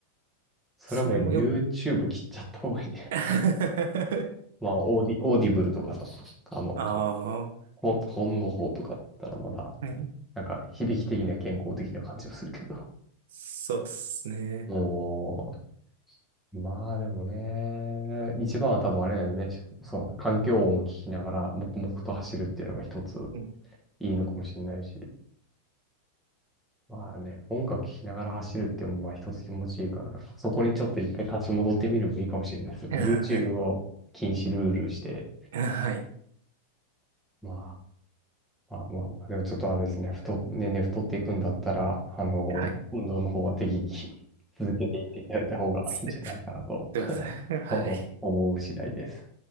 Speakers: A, in the centre; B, on the right.
A: それはもう
B: それもよく
A: YouTube 切っちゃった方がいいね。
B: <laughs>
A: <laughs> まあ、オーディ、オーディブルとかさ、あの、ほ
B: ああ、は
A: 本、本の方とかだったらまだ、
B: い。
A: なんか響き的には健康的な感じもするけど。
B: そうっすね。
A: おう、まあでもね、一番は多分あれだよね。その環境音を聞きながら黙々と走るっていうのが一つ
B: うん、
A: いいのかもしれないし。まあね、音楽聴きながら走るってもまあ一つ気持ちいいからな。そこにちょっと一回立ち戻ってみるのもいいかもしれないですね。
B: うん
A: YouTube を禁止ルールして、
B: <laughs> はい。
A: まあ、まあまあまあ、でもちょっとあれですね、太、年々太っていくんだったら、あの、
B: はい。<laughs> はい。
A: 運動の方は適宜続けていっていただいた方がいいんじゃないかなと
B: すいません。はい。
A: <laughs> 思う次第です。